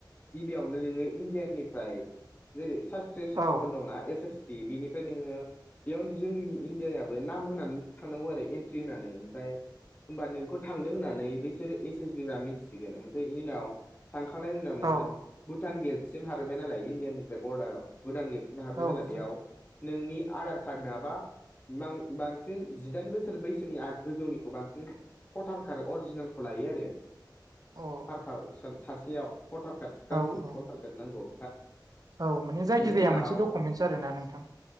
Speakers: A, on the left; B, on the right.
A: गिबियावनो नोङो इण्डियाननिफ्राय जेरै सा टेस सिमा
B: औ
A: बल दंना एस एस प बिनिफ्राय नोङो बेयावनो जोंनि इण्डियाबो नाम होनानै थांनांगौ आरो एन्ट्रि होनानै ओमफ्राय होमबा नोंखौ थांदों होन्नानै बैसोर एस एस बि <unintelligible> मिथिगोन ओमफ्राय बेनि उनाव थांखांनायनि उनाव नोङो
B: औ
A: भुटान गेटसिम हाबोबबाय नालाय इण्डियानिफ्राय बरडाराव भुटान गेटसिम हाबबाय
B: औ
A: नालाय
B: नोंथां
A: बेयाव नोंनि आधार कार्ड नोङाबा बांसिन जिदाइन बोसोर बैसोनि आ गोजौनिखौ बांसिन हथारखार अरजि <unintelligible> लायो
B: औ
A: आरो सासेयाव भटार कार्ड गांसे
B: औ औ
A: भटार <unintelligible> <unintelligible> नांगौ
B: औ माने जायखिजाया
A: बेनि उनाव
B: मोनसे डकुमेन्टस आरो ना नोंथां